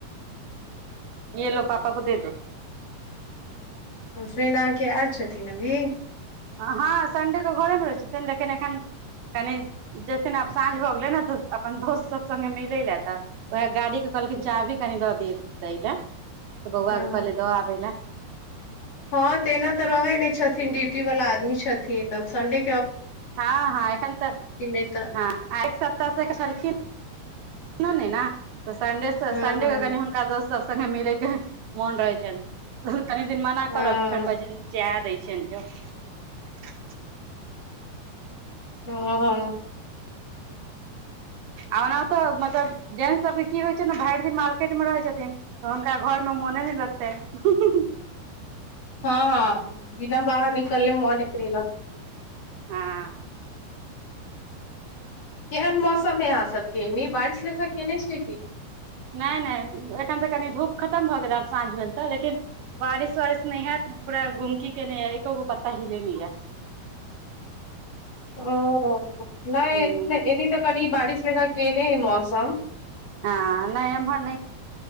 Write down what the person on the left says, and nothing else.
ओ सुन अहाँके आयल छथिन अभी
हँ
हँ तऽ एना तऽ रहै नहि छथिन ड्यूटी वला आदमी छथिन आब सडे
नहि तऽ
हँ
हँ
ह हाँ
हाँ ह बिना बाहर निकले मने नहि लगत
केहन मौसम हइ अहाँसबके नहि बारिश लेखा कयने छियै कि
ओ नहि
एनी तऽ कनि बारिश लगा केने है मौसम